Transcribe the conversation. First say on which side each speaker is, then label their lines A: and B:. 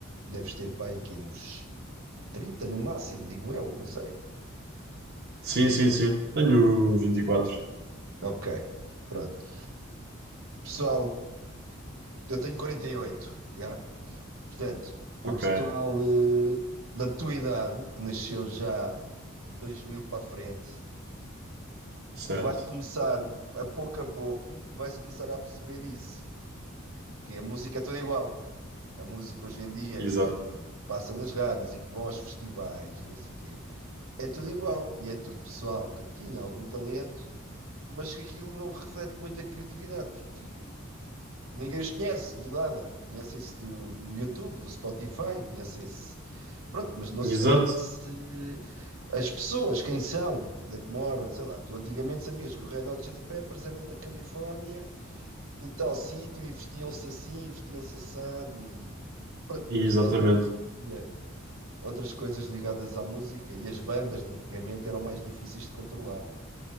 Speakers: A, on the right; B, on the right.
A: deves ter para aí que uns 30 no máximo, digo eu, não sei.
B: Sim, sim, sim. Tenho vinte e quatro
A: Ok, pronto. Pessoal, eu tenho 48 já? Portanto, o
B: Ok,
A: pessoal eh, da tua idade, que nasceu já de 2000 para a frente,
B: certo.
A: vai começar, a pouco a pouco, vai-se começar a perceber disso, que a música é toda igual. A música hoje em dia,
B: Exato.
A: que v- passa nas rádios e que vão aos festivais e não sei o quê, é tudo igual. E é tudo pessoal que tinha algum talento, mas que aquilo não reflete muita criatividade, porque ninguém os conhece de nada. Conhecem-se do, do YouTube, do Spotify, conhecem-se Pronto, mas não
B: Exato.
A: se conhece as pessoas, quem são, onde é que moram, sei lá. Tu antigamente sabias que os Red Hot Chili Peppers eram da Califórnia, de tal sítio, e vestiam-se assim, e vestiam-se assado, e... Pronto,
B: Exatamente.
A: mas, mas antigamente havia outras coisas ligadas à música, e as bandas de antigamente eram mais difíceis de controlar, não é?